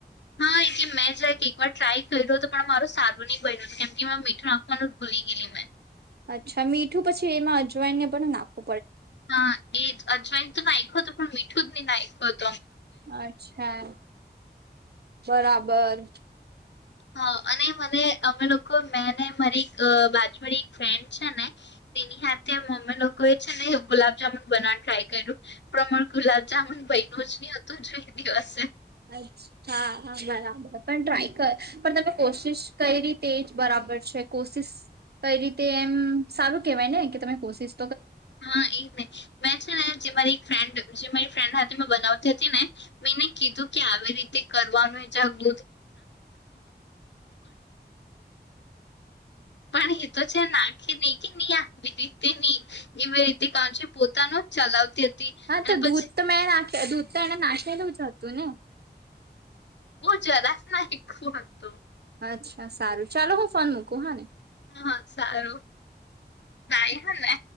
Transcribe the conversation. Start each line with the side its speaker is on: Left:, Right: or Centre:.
Left: હા એટલે મેં જ એક વાર ટ્રાય કર્યું હતુ પણ મારું સારું ની બયનુ કેમ કે એમાં મીઠું નાખવાનું જ ભૂલી ગેલી મેં
Right: અચ્છા મીઠું પછી એમાં અજવાઇનને પણ નાખો
Left: હા એજ અજવાયન તો નાયખોતો પણ મીઠું જ ની નાયખો
Right: અચ્છા બરાબર
Left: હા અને મને અમે લોકો મેં ને મારી અ બાજુવાળી એક ફ્રેન્ડ છે ને તેની હાથે મમ્મી લોકોએ છે, ને ગુલાબજામુન બનાવાનું ટ્રાય કર્યું પર અમારું ગુલાબજામુન બઈનુંજ ની હતું જે દિવસે
Right: અચ્છાઆ હા બરાબર પણ ટ્રાય કર પણ તમે કોશિશ કયરી તે જ બરા બર છે, કોશિસ કયરી તે એમ સારું કેવાય ને કે તમે કોશિસ
Left: હા એ જ ને મેં છે ને જે મારી એક ફ્રેન્ડ જે મારી ફ્રેન્ડ હાથે મેં બનાવતી હતી ને મેં એને કીધું કે આવી રીતે કરવાનું જાગ <inaudible> પણ એ તો છે, નાખી નહી કે નહી આવી રીતે ની એવી રીતે કણ <unintelligible> છે, પોતાનું ચલાવતી. હતી
Right: હા
Left: અને
Right: તો દૂધ
Left: પછી
Right: તો મેં નાખ દૂધ તો એને નાખેલું જ હતું ને
Left: બો જરાસ નાયખુ હતું.
Right: અચ્છા સારું ચાલો હું ફોન મૂકું હા ને
Left: હા હા સારું નાઈ હને